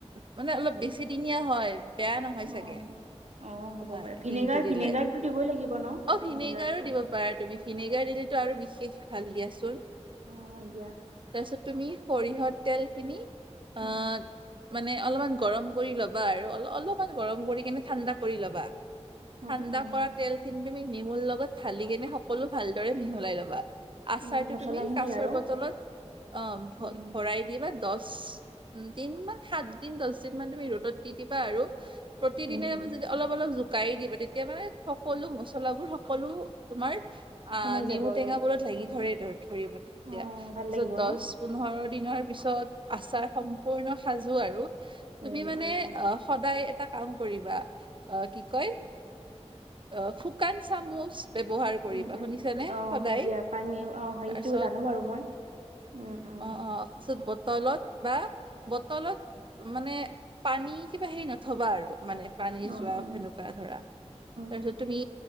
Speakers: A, on the right (about 45°); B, on the right (about 80°).
A: মানে অলপ বেছিদিনীয়া হয় বেয়া নহয়
B: অ
A: চাগে।
B: অ', হ'ব
A: তোমাৰ
B: পাৰে ভিনেগাৰ
A: শিংটো দিলে
B: ভিনেগাৰটো দিবই লাগিব ন
A: অ ভিনেগাৰো
B: ভিনেগাৰটো
A: দিব পাৰা তুমি ভিনেগাৰ দিলে আৰু বিশেষ ভাল দিয়াচোন,
B: অ হয় দিয়া
A: তাৰপিছত তুমি সৰিয়হত তেল খিনি, অ'
B: উম
A: মানে অলপমান গৰম কৰি ল'বা আৰু অল অলপমান গৰম কৰি কেনে ঠাণ্ডা কৰি ল'বা, ‌
B: উম
A: ঠাণ্ডা
B: উম
A: কৰা তেল খিনি তুমি নেমুৰ লগত ধালী কিনে সকলো ভালদৰে মিহলাই ল'বা। আচাৰটো
B: অ মছলাখিনি
A: তুমি কাছৰ
B: আৰু
A: বটলত অ ভ
B: উম
A: ভৰাই দিবা দশ দিন মান সাত দিন দশ দিন মান তুমি ৰ'দত দি দিবা আৰু প্ৰতিদিনে
B: উম
A: য
B: উম
A: অলপ অলপ জ গাইি <unintelligible> দিব তেতিয়া মানে সকলো মচলাাবোৰ, সকলো তোমাৰ
B: সোমাই
A: নেমু
B: যাব আৰু
A: টেঙাবোৰত লাগি
B: উম
A: ধৰে ধৰিব তেতিয়া
B: অ
A: তাৰপিছত
B: ভাল লাগিব
A: দশ
B: ন
A: পোন্ধৰ দিনৰ পিছত আচাৰ সম্পূৰ্ণ সাজো আৰু
B: উম
A: তুমি মানে
B: উম
A: অ সদায় এটা কাম কৰিবা, অ কি কয় অ শুকান চামুচ ব্যৱহাৰ কৰিবা
B: উম উম
A: শুনিছানে
B: অ
A: সদায়
B: হয় দিয়া পানী অ হয়
A: তাৰপিছত
B: সেইটো জানো বাৰু মই উম উম
A: অ অ আচত ব তলত বা বটলত মানে পানী কিবা হেৰি নথবা আৰু মানে পানী
B: অ অ
A: জোৱা সেনেকুৱা ধৰা
B: উম
A: তাৰপিছত
B: উম
A: তুমি
B: উম